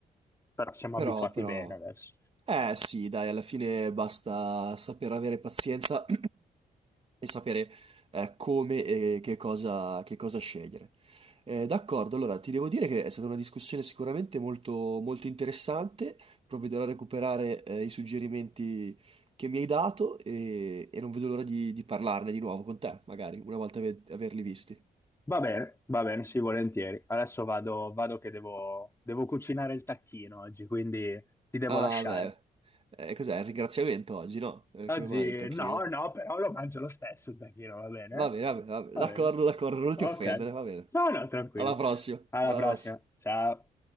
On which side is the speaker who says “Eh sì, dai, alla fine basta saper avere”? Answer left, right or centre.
Right